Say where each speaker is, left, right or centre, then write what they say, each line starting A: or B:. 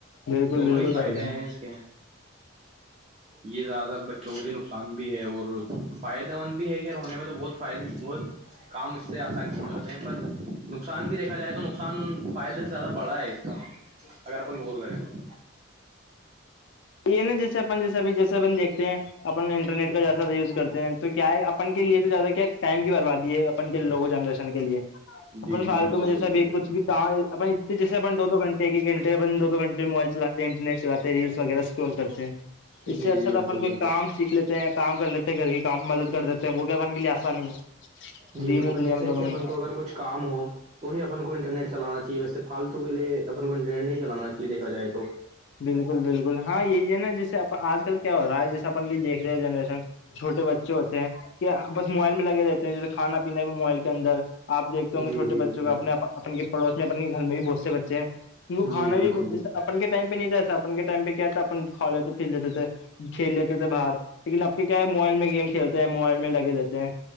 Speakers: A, on the left; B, on the right.
A: بالکل
B: دونوں
A: بالکل
B: ہی فائدے
A: بھائی جان
B: ہیں اس کے یہ زیادہ بچوں کے لیے نقصان بھی ہے اور فائدہ مند بھی ہے خیر ہونے میں تو بہت فائدے بہت کام اس سے آسانی سےو ہو جاتے ہیں پر نقصان بھی دیکھا جائے تو نقصان فائدے سے زیادہ بڑا ہے اس کا
A: جیھ
B: اگر اپن گور کریں گ تو
A: یہ نا جیسے اپن جیسے ا جیسے اپن دیکھتے ہیں اپن انٹرنیٹ کا جیسا یوز کرتے ہیں تو کیا ہے اپن کے لیے تو زیادہ کیا ٹائم کی برباد ہے اپن کے لوگو جنریشن کے لیے اپن
B: جی جی
A: فالتو
B: بالکل
A: میں جیساب
B: بالکل بالکل
A: کچھ بھی کہاں اپنی جیسےن دو گنٹے ایک گھنےن دو گھنٹے موبائل چلے ہیں انٹرنیٹ چلاتے ریلس وغیرہ اسٹال کرتے ہیں
B: جی
A: اس سے اچھا
B: جی بالکل
A: تو اپن کوئی
B: بالکل
A: کام سیکھ لیتے ہیں یا کام کر لیتے ہیں گھر کے کام مدد کر دیتے وہ بھیبان کے لیے آسانی ہے
B: جی بالکل
A: دین میں دنیا
B: جیسے
A: میں دونوں
B: کہ اپن
A: میں ہی
B: کو اگر کچھ کام ہو تو ہی اپن کو انٹرنیٹ چلانا چاہیے ویسے فالتو کے لیے اپن کو انٹرنیٹ نہیں چلانا چاہیےیکا جائے تو
A: بالکل بالکل ہاں یہی ہے نا جیسے آج کل کیا ہو رہا ہے جیسے اپن دیکھ رہے ہیں جنریشن چوٹے بچے ہوتے ہیں کہ بس موبائل میں لگ رہتے ہیں جسے کھانا پینا بھی موبائل کے اندر آ دیکھتے ہوں
B: جی
A: گے چھٹے
B: جی بالکل
A: بچوں کو اپنے اپن کے پڑوس میں اپنے کے گھر میں بھی بہت سے بچے ہیں ت کو کھانا
B: جی بالکل
A: بھی
B: بالکل
A: اپن کے ٹائم پہ نہیں ہےسا اپن کے ٹائم پہ کیا آتا اپ کھولتے فتے کھیلےتے تو بر لیکن اب کے کیا ہے موبائل میں گیم کھیلتے ہیں موبائل میں لگے رہتے ہیں